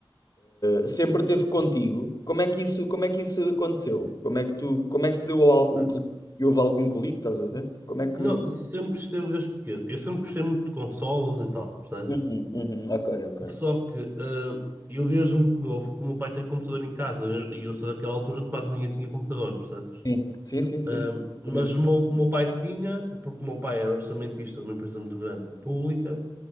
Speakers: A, on the left; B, on the right.
A: eh, sempre teve contigo? Como é que isso, como é que isso aconteceu? Como é que tu, como é que se deu ao-
B: Ah.
A: o clique? E houve algum clique, estás a ver? Como é que...
B: Não, sempre esteve desde pequeno. Eu sempre gostei muito de consolas e tal, percebes?
A: Uhum, uhum, ok, ok,
B: Só
A: ok.
B: que ah, eu desde muito novo, como o meu pai tem computador em casa, né? e eu sou daquela altura que quase ninguém tinha computador, percebes?
A: Sim, sim, sim, sim,
B: Ah,
A: sim.
B: mas
A: exatamente.
B: o meu, o meu pai tinha, porque o meu pai era orçamentista de uma empresa muito grande, pública,